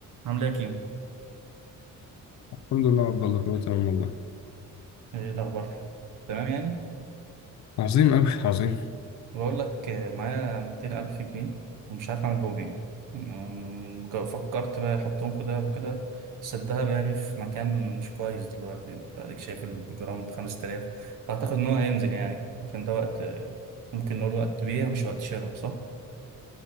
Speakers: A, on the right (about 70°); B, on the left (about 55°).
A: عامل ايه يا كيمو؟
B: الحمد لله يا عبد الله كله تمام والله
A: ايه الأخبار؟ تمام يعني؟
B: عظيم أوي عظيم
A: بقول لك آه، معايا 200 ألف جنيه ومش عارف أعمل بهم إيه يعني، أم، جا- فكرت بقى أحطهم في دهب وكده بس الدهب يعني في مكان مش كويس دلوقتي أديك شايف الجرام بخمس تلاف أعتقد إن هو هينزل يعني عشان ده وقت آه، ممكن نقول وقت بيع مش وقت شراء صح؟